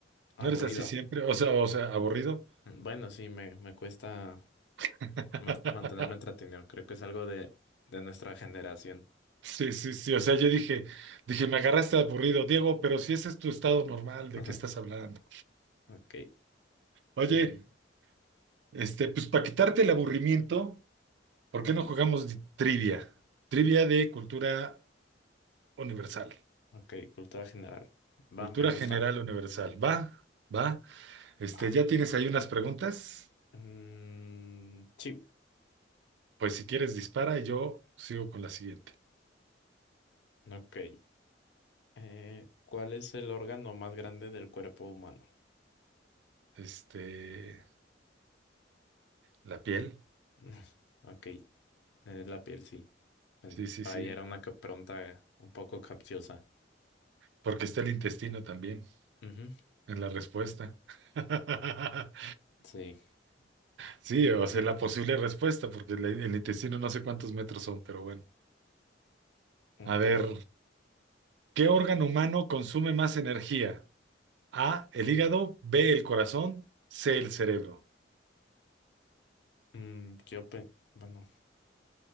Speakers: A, on the left; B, on the right.
A: aburrido.
B: ¿No eres así siempre? O sea, o sea, aburrido.
A: Bueno, sí, me, me cuesta
B: <laughs>
A: más mantenerme entretenido. Creo que es algo de, de nuestra generación.
B: Sí, sí, sí. O sea, yo dije, dije, me agarraste aburrido, Diego, pero si ese es tu estado normal, ¿de
A: <laughs>
B: qué estás hablando?
A: Ok,
B: Oye,
A: y
B: este, pues para quitarte el aburrimiento, ¿por qué no jugamos di- trivia? Trivia de cultura universal,
A: ok, cultura general. Va,
B: cultura
A: me gusta.
B: general universal. Va, va. Este,
A: Va.
B: ¿ya tienes ahí unas preguntas?
A: Mm, sí,
B: Pues si quieres dispara y yo sigo con la siguiente.
A: ok. Eh, ¿cuál es el órgano más grande del cuerpo humano?
B: Este, la piel.
A: <laughs> Ok, eh, la piel, sí. Pens-
B: Sí, sí,
A: Para
B: sí.
A: ella era una ca- pregunta un poco capciosa.
B: Porque está el intestino también
A: Ujú,
B: en la respuesta. <laughs>
A: Sí,
B: Sí, o sea, la posible respuesta, porque el, el intestino no sé cuántos metros son, pero bueno.
A: ok.
B: A ver, ¿qué órgano humano consume más energía? A, el hígado, B, el corazón, C, el cerebro.
A: Mm, yo, pen- bueno,